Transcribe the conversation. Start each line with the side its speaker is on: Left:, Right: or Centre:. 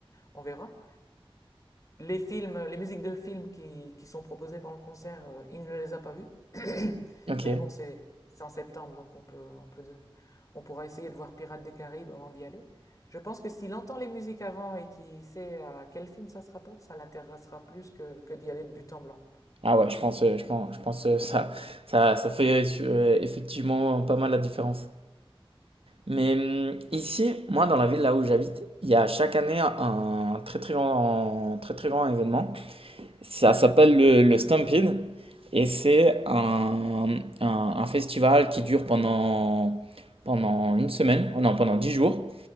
Left: On verra. Les films, les musiques de films qui, qui sont proposées pendant le concert, euh, il ne les a pas vues. <coughs> <clears throat>
Right: Ok.
Left: Mais bon, c'est c'est en septembre, donc on peut, on peut, on pourra essayer de voir Pirates des Caraïbes avant d'y aller. Je pense que s'il entend les musiques avant et qu'il sait à quel film ça se rapporte, ça l'intéressera plus que, que d'y aller de but en blanc.
Right: Ah ouais, je pense, euh, je pense, je pense euh, ça, ça, ça fait euh, effectivement pas mal la différence. Mais hum, ici, moi, dans la ville là où j'habite, il y a chaque année un très très grand, très très grand événement. Ça
Left: Mhm.
Right: s'appelle le, le Stampede et c'est un, un, un festival qui dure pendant, pendant une semaine, oh non, pendant dix jours.